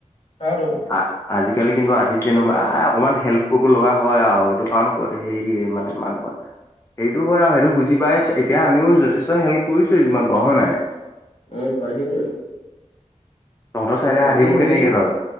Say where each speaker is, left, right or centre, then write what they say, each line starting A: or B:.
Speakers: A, on the left; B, on the left.
A: আৰু টোক
B: আ আজিকালি কিন্তু আধিত যেনোবা অকমান হেল কৰিবব লগা হয় আৰু এইটো কাৰণ হেৰি মানে ইান কয় <unintelligible> সেইটো হয় আৰু সেইটো বুজি পাই এতিয়া আমিও যথেষ্ট হেল্প কৰিছোৱয়েই যিমান পাৰো হয় নাই।
A: অ অ পা সেইটোৱেতো
B: তহঁতৰ চাইডে
A: বাকী
B: আধিবোৰ
A: হেৰি
B: কেনেকে লয়?